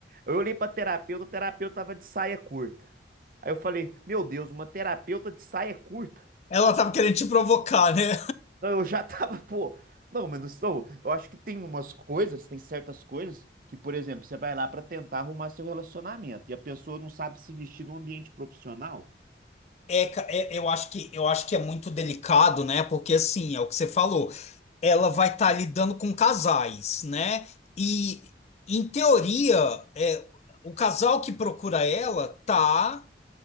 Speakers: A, on the right (about 50°); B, on the left (about 40°).
A: eu olhei pra terapeuta, a terapeuta tava de saia curta. Aí eu falei, meu Deus, uma terapeuta de saia curta?
B: ela tava querendo te provocar, né?
A: Não, eu já <laughs> tava, pô. Não, mas não sou. Eu acho que tem umas coisas, tem certas coisas que, por exemplo, você vai lá pra tentar arrumar seu relacionamento e a pessoa não sabe se vestir num ambiente profissional.
B: É, ca- é, eu acho que eu acho que é muito delicado, né? Porque assim, é o que você falou, ela vai estar lidando com casais, né? E em teoria, é, o casal que procura ela tá